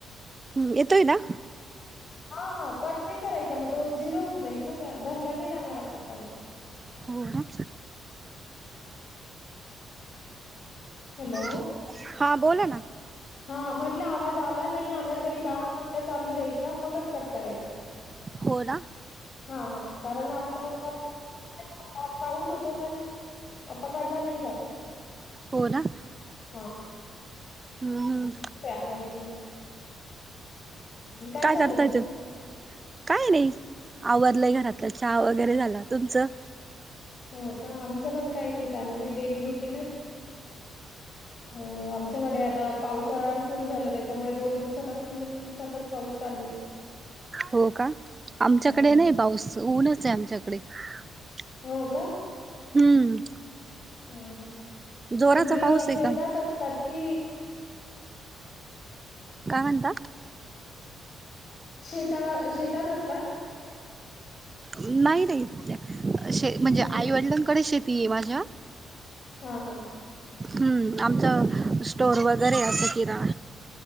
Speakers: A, on the right (about 30°); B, on the left (about 50°).
A: हम्म येतोय ना,
B: हा हा कट नाही करायचा मग तो झिरो होऊन जाईल ना धरला नाही जाणार आपला कॉल
A: होय ना?
B: हॅलो.
A: <unintelligible> हा बोला ना
B: हा म्हटलं आवाज आला नाही आला तरी दहा मिनिटं चालू द्यायचा मगच कट करायचा
A: होड,
B: हा हा कारण आपलंउंट होतो पण पकडला नाही जात
A: हो ना,
B: हां, <unintelligible>
A: हम्म
B: आणि
A: काय
B: चाललं
A: करता
B: तुमचं?
A: येत? काई नाये आवडलंय घरातलं चहा वगैरे झाला तुमचं
B: हो का आमचं पण काही नाही चाललंय डेली रुटीनच हो आमच्याकडे आता पावसाळा सुरू झाला त्याच्यामुळे दोन दिवसा सतत पाऊसा
A: हो का आमच्याकडे
B: हो.
A: नाही बाऊस ऊनच आहे आमच्याकडे <unintelligible>
B: हो का?
A: हम्म
B: हा हा
A: जोराचा
B: तुम्ही
A: पाऊस आहे
B: शेतात
A: का
B: असतात कि
A: काय म्हणता?
B: शता शेतात असतात.
A: नाही नाही शे म्हणजे
B: नाही.
A: आईवडिलांकडे शेती आहे माझ्या
B: हा हा,
A: हम्म आमचं स्टोर वगैरे असं किरा